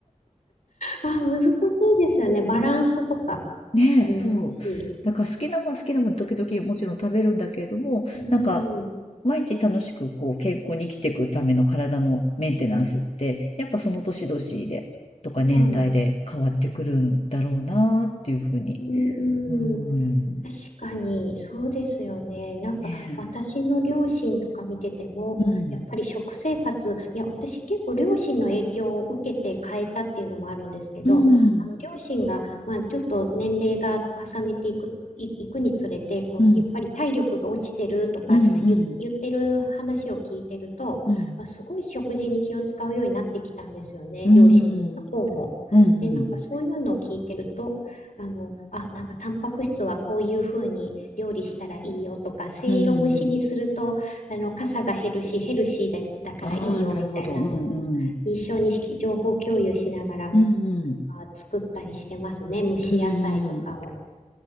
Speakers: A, on the left; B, on the left.
A: あー、難しいですよね。バランスとか
B: ねえ、
A: 難しい。
B: そう。だから好きなもん好きなもん時々もちろん食べるんだけれども、
A: うん。
B: なんか毎日楽しくこう健康に生きていくための体のメンテナンスって、やっぱその年々でとか年代で変わってくるんだろうなっていうふうに。
A: はい。うん、
B: うーん。
A: うん。確かに、そうですよね。なんか、
B: ね
A: 私の両親とか見てても、
B: え。うん。
A: やっぱり食生活、いや、私結構両親の影響を受けて変えたっていうのもあるんですけど、
B: うん。
A: あの、両親が、まあ、ちょっと年齢が重ねていく、い、いくにつれて、こう、
B: うん。
A: やっぱり体力が落ちてるとか言、
B: うん。うん。
A: 言ってる話を聞いてると、
B: うん。
A: まあ、すごい食事に気を使うようになってきたんですよね、
B: うん。
A: 両親の方も。
B: うん。うん。
A: で、なんかそういうのを聞いてると、あの、あ、なんかタンパク質はこういうふうに料理したらいいよとか、せいろ蒸しにすると、
B: うん。
A: あの、かさが減るし、ヘルシーだ、だからいいよみたいな、
B: ああ、なるほど。うん。
A: あの、
B: うん。
A: 一緒に情報共有しながら
B: うん。
A: あ作ったりしてますね。蒸し野菜とかを。
B: うん。うん。